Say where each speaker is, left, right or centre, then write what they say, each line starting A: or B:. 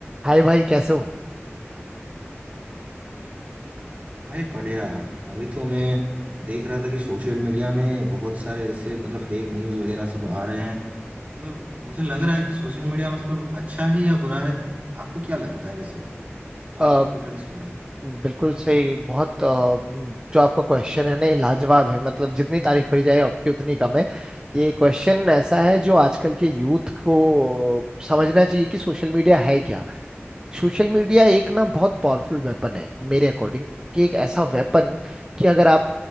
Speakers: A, on the right; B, on the right.
A: हाय भाई कैसे हो
B: भाई बढ़िया अभी तो मैं देख रहा था कि सोशल मीडिया में बहुत सारे ऐसे मतलब फेक न्यूज़ वगैरह सब आ रहे हैं मतलब मुझे लग रहा है कि सोशल मीडिया मतलब अच्छा है या बुरा है आपको क्या लगता है वैसे
A: अ,
B: आपका प्रेफरेंस क्या है
A: बिल्कुल सही बहुत अ, जो आपका क्वेश्चन है ना ये लाजवाब है मतलब जितनी तारीफ करी जाए आपकी उतनी कम है ये क्वेश्चन ऐसा है जो आजकल के यूथ को समझना चाहिए कि सोशल मीडिया है क्या सोशल मीडिया एक ना बहुत पावरफुल वेपन है मेरे अकॉर्डिंग कि एक ऐसा वेपन कि अगर आप